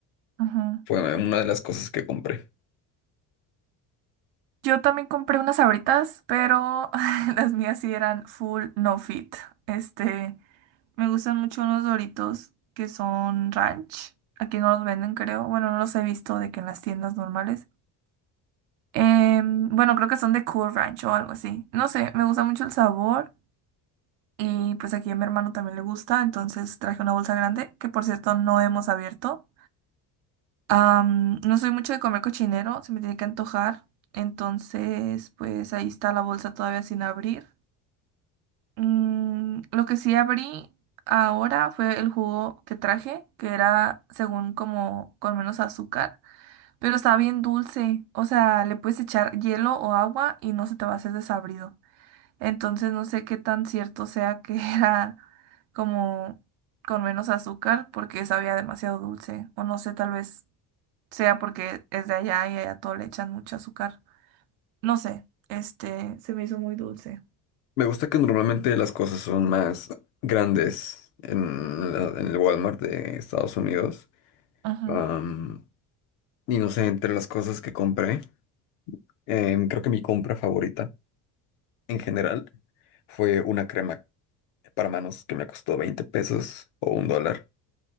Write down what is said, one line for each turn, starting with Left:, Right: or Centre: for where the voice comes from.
Right: Ajá.
Left: Fue una de las cosas que compré.
Right: Yo también compré unas Sabritas, pero <laughs> las mías sí eran full no fit. Este, me gustan mucho unos Doritos que son ranch. Aquí no los venden, creo. Bueno, no los he visto de que en las tiendas normales. Em, bueno, creo que son de Cool Ranch o algo así. No sé, me gusta mucho el sabor. Y pues aquí a mi hermano también le gusta, entonces traje una bolsa grande que por cierto no hemos abierto. Am, no soy mucho de comer cochinero, se me tiene que antojar. Entonces, pues ahí está la bolsa todavía sin abrir. Mm, lo que sí abrí ahora fue el jugo que traje, que era según como con menos azúcar, pero estaba bien dulce. O sea, le puedes echar hielo o agua y no se te va a hacer desabrido. Entonces, no sé qué tan cierto sea que <laughs> era como con menos azúcar porque sabía demasiado dulce. O no sé, tal vez sea porque es de allá y allá todo le echan mucho azúcar. No sé, este, se me hizo muy dulce.
Left: Me gusta que normalmente las cosas son más grandes en, la- en el Walmart de Estados Unidos.
Right: Ajá,
Left: Am, y no sé, entre las cosas que compré. Em, creo que mi compra favorita en general fue una crema para manos que me costó 20 pesos o un dólar.